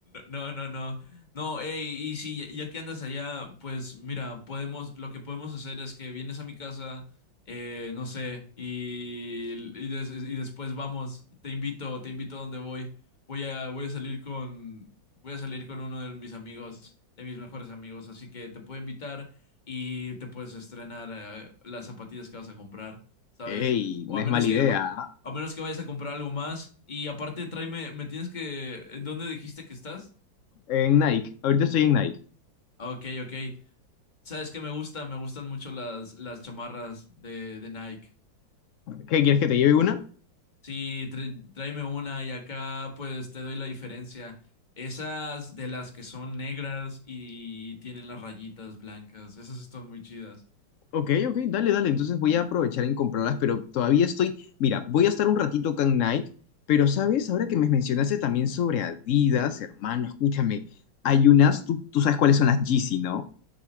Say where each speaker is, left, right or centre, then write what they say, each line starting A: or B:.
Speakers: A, on the left (about 25°); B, on the left (about 85°).
A: no, no, no. No, ey, y si ya, ya que andas allá, pues mira, podemos, lo que podemos hacer es que vienes a mi casa, eh, no sé, y, y, des- y después vamos, te invito, te invito a donde voy. Voy a, voy a salir con, voy a salir con uno de mis amigos, de mis mejores amigos, así que te puedo invitar y te puedes estrenar, eh, las zapatillas que vas a comprar, ¿sabes?
B: ¡Ey!
A: O
B: No
A: a
B: es
A: menos
B: mala
A: que,
B: idea, ¿ah?
A: a menos que vayas a comprar algo más. Y aparte, tráeme, me tienes que... ¿En dónde dijiste que estás?
B: En Nike, ahorita estoy en Nike.
A: Ah, Ok, ok. Sabes que me gusta, me gustan mucho las, las chamarras de, de Nike.
B: ¿Qué, quieres que te lleve una?
A: Sí, tr- tráeme una y acá pues te doy la diferencia. Esas de las que son negras y tienen las rayitas blancas, esas están muy chidas.
B: Ok, ok, dale, dale. Entonces voy a aprovechar en comprarlas, pero todavía estoy. Mira, voy a estar un ratito con Nike, pero sabes, ahora que me mencionaste también sobre Adidas, hermano, escúchame. Hay unas, tú, tú sabes cuáles son las Yeezy, ¿no?